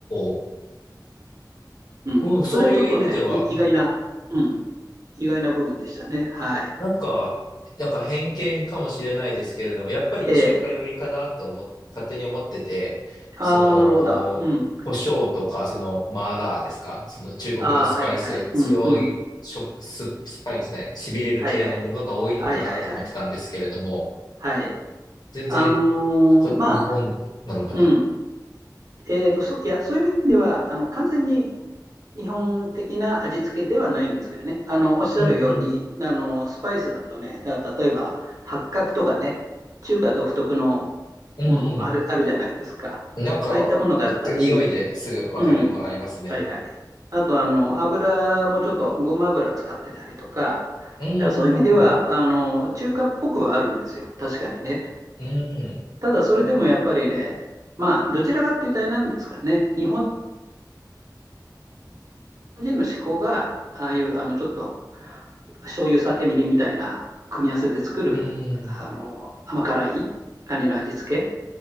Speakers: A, on the left; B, on the right.
A: お、
B: うん、
A: うん、そういう意味では、
B: それはちょっとね、い意外な。
A: うんうん。
B: うん意外な部分でしたね。はい。
A: なんか、なんか偏見かもしれないですけれども、やっぱり中華寄りかなって思っ、
B: ええ。
A: 勝手に思ってて、
B: ああ、
A: その、
B: なるほど。うん。
A: 胡椒とか、その、マーラーですかその中国のスパイス、
B: ああ、はいはい。
A: 強い、
B: うんうん。
A: しょ、ス、スパイスね、痺れる系のものが多いのかなと思ってたんですけれども、
B: はいはい。はいはいはい。はい。
A: 全然
B: あのーまあ、
A: こ、日本なのかな
B: うん。えっと、そ、いや、そういう意味では、あの、完全に日本的な味付けではないんですけどね。あの、おっしゃるように、
A: うんうん。
B: あの、スパイスだとね、だから例えば、八角とかね、中華独特の
A: うん
B: ものある、あるじゃないですか。
A: なんか、
B: ああいったものがあったり、
A: 匂いですぐわかりもありますね。
B: うん。はいはい。あと、あの、油もちょっとごま油使ってたりとか、
A: うん、
B: だからそういう意味では、あの、中華っぽくはあるんですよ。確かにね。
A: うん、
B: ただ、それでもやっぱりね、まあ、どちらかっていうとあれなんですかね。日本人の思考が、ああいう、あの、ちょっと、醤油、酒、みりんみたいな組み合わせで作る、
A: うん、うん。
B: あの、甘辛い感じの味付け。